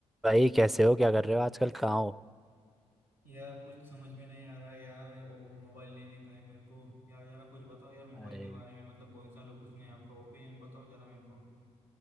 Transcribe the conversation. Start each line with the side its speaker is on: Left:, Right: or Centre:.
Centre: भाई कैसे हो क्या कर रहे हो आजकल कहाँ हो
Left: यार कुछ समझ में नहीं आ रहा है यार ये ओ मोबाइल लेने का है मेरे को यार जरा कुछ बताओ यार मोबाइल
Centre: अरे
Left: के बारे में मतलब कौन सा लो कुछ नहीं आपका ओपिनियन बताओ जरा मेरे को